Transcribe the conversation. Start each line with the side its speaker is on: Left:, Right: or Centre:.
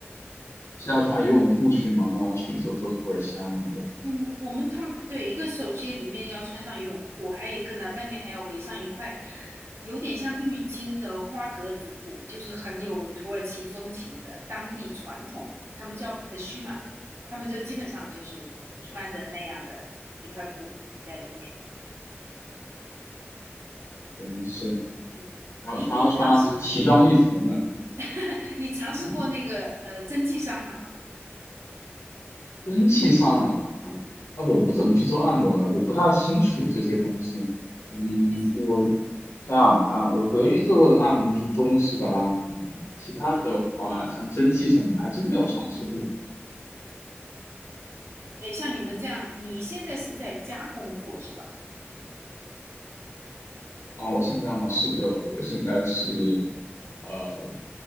Left: 是要穿游泳裤去吗？那要去做做土耳其按摩的话，
Right: 嗯，我们他们对一个首先里面要穿上游泳裤，还有一个呢，外面还要围上一块有点像浴巾的花格子布，就是很有土耳其风情的当地传统的，他们叫 pashma，他们就基本上就是穿着那样的一块布在里面。嗯
Left: 原来是，
Right: 嗯，
Left: 还有还要穿上奇装异服呢。
Right: 你你尝试 <laughs> 你尝试过那个呃蒸汽桑拿吗？
Left: 嗯蒸汽上拿，
Right: 嗯，
Left: 啊，我不怎么去做按摩呀，我不大清楚这些东西。嗯，
Right: 就是
Left: 我想想看，
Right: 嗯，
Left: 我唯一做过的按摩就是中式的按摩，其他的话像蒸汽什么的还真没有尝试过。
Right: 对，像你们这样，你现在是在家工作是吧？
Left: 啊，我现在吗？是的，我现在是，呃，